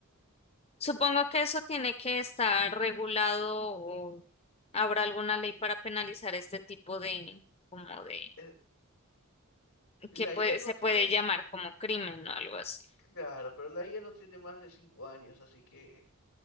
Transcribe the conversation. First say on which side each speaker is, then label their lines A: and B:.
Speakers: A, on the left (about 30°); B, on the left (about 85°).
A: Supongo que eso tiene que estar regulado o habrá alguna ley para penalizar este tipo de, como de,
B: Eh, La
A: que puede-
B: IA no
A: se
B: tiene,
A: puede llamar como crimen o algo así.
B: claro, pero la IA no tiene más de cinco años, así que